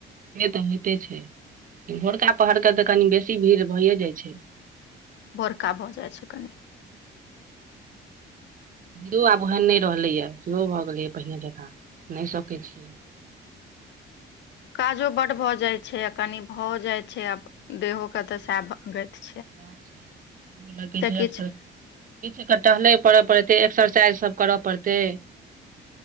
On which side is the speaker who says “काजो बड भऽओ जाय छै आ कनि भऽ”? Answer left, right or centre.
Left